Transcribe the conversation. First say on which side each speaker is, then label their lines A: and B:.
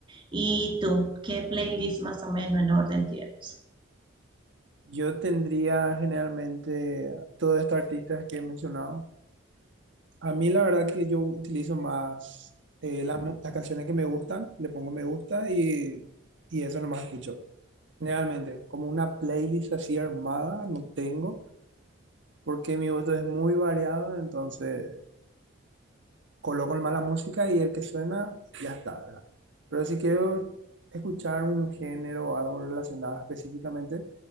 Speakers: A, on the right; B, on the right.
A: ¿Y tú, qué playlist más o menos en orden tienes?
B: yo tendría generalmente todos estos artistas que he mencionado. A mí la verdad que yo utilizo más eh, la mu- las canciones que me gustan, le pongo me gusta y, y eso nomás escucho. Generalmente, como una playlist así armada, no tengo, porque mi voto es muy variado, entonces coloco el mala música y el que suena, ya está, ¿verdad? Pero si quiero escuchar un género o algo relacionado específicamente,